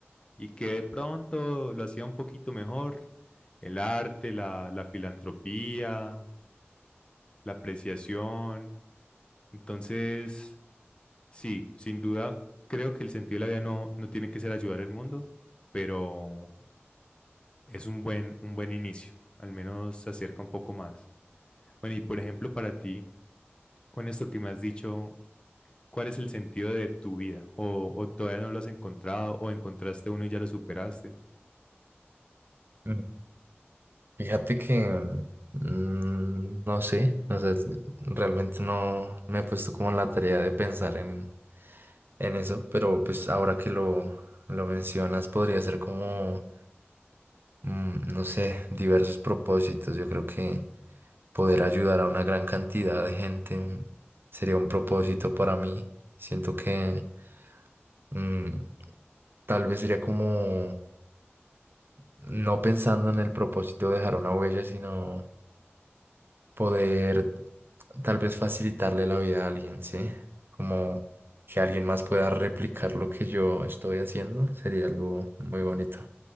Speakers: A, on the left; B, on the right.
A: y que de pronto lo hacía un poquito mejor. El arte, la, la filantropía, la apreciación. Entonces, sí, sin duda, creo que el sentido de la vida no, no tiene que ser ayudar al mundo, pero es un buen, un buen inicio. Al menos se acerca un poco más. Bueno, y por ejemplo, para ti, con esto que me has dicho, cuál es el sentido de tu vida o, o todavía no lo has encontrado o encontraste uno y ya lo superaste.
B: Mm. Fíjate que mm, mm, no sé, o sea, realmente no me he puesto como la tarea de pensar en, en eso, pero pues ahora que lo, lo mencionas, podría ser como, mm, no sé, diversos propósitos. Yo creo que poder ayudar a una gran cantidad de gente mm, sería un propósito para mí. Siento que... mm, Tal vez sería como no pensando en el propósito de dejar una huella, sino poder tal vez facilitarle la vida a alguien, ¿sí? Como que alguien más pueda replicar lo que yo estoy haciendo, sería algo muy bonito.